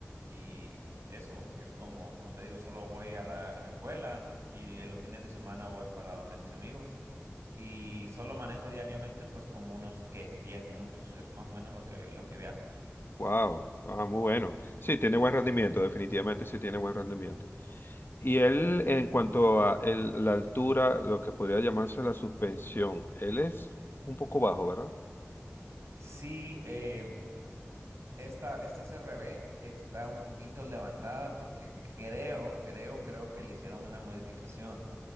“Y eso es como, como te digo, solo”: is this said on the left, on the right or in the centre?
Right